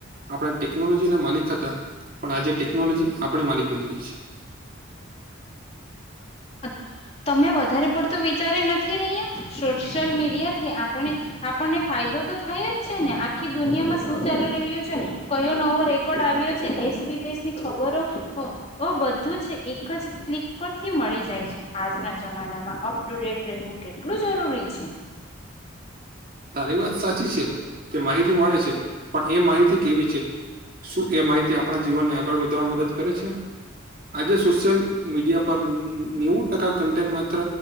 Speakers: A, on the right; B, on the left.
A: આપણે ટેકનોલોજી માલિક હતા પણ આજે ટેકનોલોજી આપણી માલિક બની ગઈ છે
B: અ <unintelligible> તમે વધારે પડતું વિચારી નથી રહ્યા સોશિયલ મીડિયા થી આપણે આપણને ફાયદો થાય જ છે ને આખી દુનિયામાં શું ચાલી રહ્યું છે કયો નવો રેકોર્ડ આવ્યો છે દેશ દેશની ખબરો બધું જ એક જ ક્લિક પરથી મળી જાય છે આજના જમાનામાં અપ ટુ ડેટ રહેવું કેટલું જરૂરી છે
A: તારી વાત સાચી છે કે માહિતી મળે છે પણ એ માહિતી કેવી છે શું એ માહિતી આપણા જીવનને આગળ વધારવામાં મદદ કરે છે આજે સોશિયલ મીડિયા પર ન્યૂ ટકા કન્ટે માત્ર